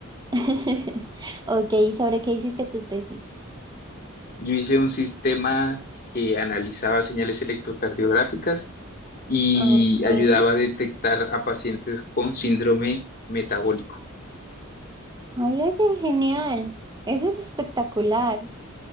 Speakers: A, on the right; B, on the left.
A: <laughs> Ok, ¿y sobre qué hiciste tu tesis?
B: yo hice un sistema que analizaba señales electrocardiográficas y
A: Ujú.
B: ayudaba a detectar a pacientes con síndrome metabólico.
A: Ay, oye, genial. Eso es espectacular.